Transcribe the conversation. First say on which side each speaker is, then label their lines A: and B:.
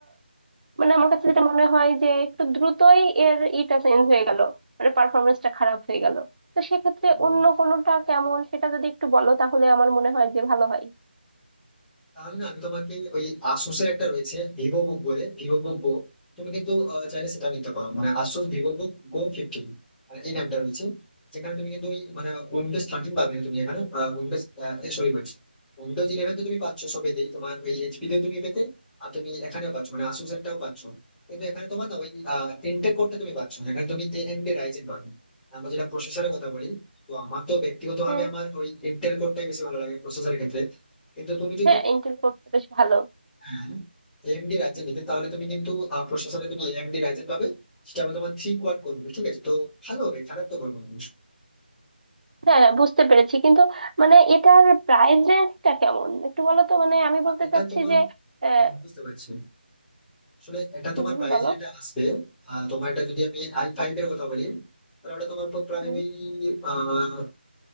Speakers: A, on the right (about 45°); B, in the centre.
A: মানে আমার কাছে যেটা মনে হয় যে একটু দ্রুতই এর ইটা চেঞ্জ হয়ে গেল মানে পারফরমেন্সটা খারাপ হয়ে গেল তো সেক্ষেত্রে
B: ও,
A: অন্য কোনোটা কেমন সেটা যদি একটু বলো তাহলে আমার মনে হয় যে ভালো হয়
B: তাহলে না আমি তোমাকে ওই আসুসের একটা রয়েছে ভিভো বুক বলে ভিভো বুক গো তুমি কিন্তু আহ, চাইলে সেটা নিতে পারো মানে আসুস ভিভো বুক গো ফিফটিন এই নামটা রয়েছে যেখানে তুমি কিন্তু ওই মানে উইন্ডোজ থার্টিন পাবে না তুমি এখানে উইন্ডোজ সরি বলছি উইন্ডোজ ইলেভেন তো তুমি পাচ্ছ সবেতেই তোমার ওই এইচপি তেও তুমি পেতে আর তুমি এখানেও পাচ্ছ মানে আসুসেরটাও পাচ্ছ কিন্তু এখানে তোমার না ওই ইন্টেল কোডটা তুমি পাচ্ছ না। এখানে তুমি এএমডি রাইজেন পাবে আমরা যেটা প্রসেসরের কথা বলি তো আমার তো ব্যক্তিগতভাবে
A: হ্যাঁ
B: আমার ওই ইন্টেল কোডটাই বেশি ভালো লাগে প্রসেসরের ক্ষেত্রে কিন্তু তুমি যদি
A: হ্যাঁ ইন্টেল করতে বেশ ভালো
B: হ্যাঁ এএমডি রাইজেন নিতে তাহলে তুমি কিন্তু আহ, প্রসেসরে তুমি এএমডি রাইজেন পাবে সেটা আবার তোমার থ্রি কোয়াড করবে ঠিক আছে তো ভালো হবে খারাপ তো বলবো না আমি।
A: হ্যাঁ হ্যাঁ, বুঝতে পেরেছি কিন্তু মানে এটার প্রাইস রেঞ্জটা কেমন একটু বলো তো মানে আমি বলতে
B: এটা
A: চাচ্ছি
B: তোমার
A: যে আহ,
B: হ্যাঁ, বুঝতে পারছি আসলে এটা
A: হুম
B: তোমার প্রাইস
A: বলো
B: যেটা আসবে আহ, তোমার এটা যদি আমি আই ফাইভ এর কথা বলি তাহলে ওটা তোমার পর প্রায়
A: হুম,
B: ওই আহ,